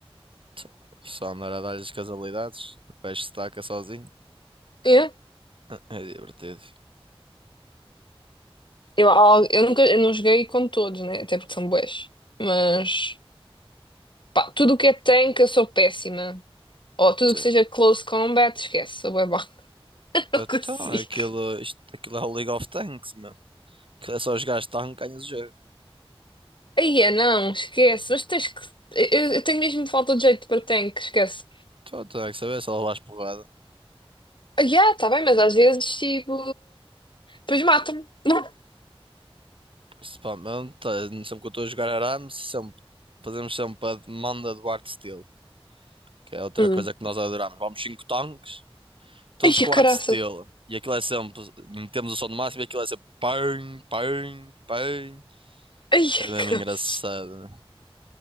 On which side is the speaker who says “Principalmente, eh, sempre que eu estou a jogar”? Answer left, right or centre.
Right